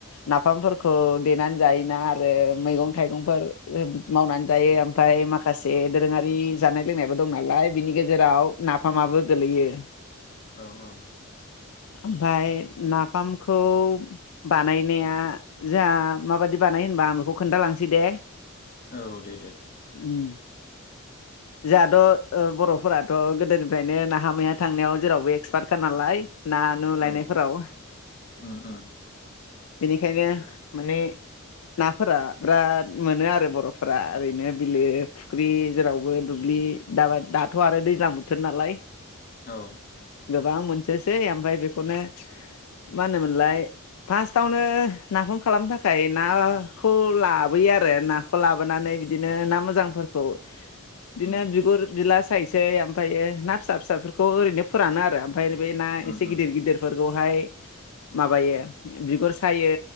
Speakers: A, on the left (about 70°); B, on the left (about 40°).
A: नाफामफोरखौ देनानै जायोना आरो मैगं-थाइगंफोर मावनानै जायो। ओमफ्राय माखासे दोरोङारि जानाय लोंनायबो दं नालाय बिनि गेजेराव नाफामाबो गोलैयो
B: औ औ
A: ओमाय नाफामखौ बानायनाया जोंहा माबायदि बानाय होनबा आं बेखौ खोन्थालांसै दे
B: औ दे दे
A: ओम जोंहाथ ओ बर'फोराथ' गो दोनिफ्रायनो नाहा मैहा थांनायाव जेरावबो एक्सपार्टखा नालाय ना नु लायनायफोराव
B: औ
A: ओम
B: उम उम
A: बेनिखायनो माने नाफोरा बिराद मोनो आरो बरफोरा ओरैनो बिलो फुख्रि जेरावबो दुब्लि दाब दाथ आरो दैज्लां बोथोर नालाय
B: औ।
A: गोबां मोनसोसै ओमफ्राय बेखौनो मा होनोमोनलाय फार्स्टआवनो नाफाम खालामनो थाखाय नाखौ लाबोयो आरो नाखौ लाबोनानै बिदिनो ना मोजांफोरखौ बिदिनो
B: उम
A: बिगुर बिला खायसे ओमफ्रायो ना फिसा फिसाफोरखौ ओरैनो फोरानो आरो ओम फाय बे ना
B: उम
A: एसे
B: उम
A: गिदिर गिदिरफोर बेखौहाय माबायो बिगुर सायो